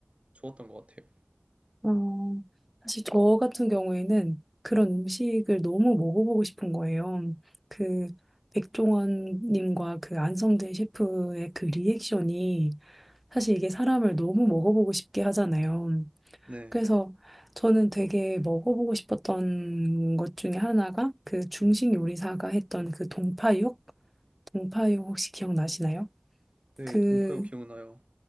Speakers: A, on the right; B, in the centre.
A: 좋았던 것 같아요.
B: 어, 사실 저 같은 경우에는 그런 음식을 너무 먹어보고 싶은 거예요. 그 백종원님과 그 안성대 셰프의 그 리액션이 사실 이게 사람을 너무 먹어보고 싶게 하잖아요.
A: 네,
B: 그래서 저는 되게 먹어보고 싶었던 것 중에 하나가 그 중식 요리사가 했던 그 동파육? 동파육 혹시 기억나시나요?
A: 네,
B: 그,
A: 동파요 기억나요.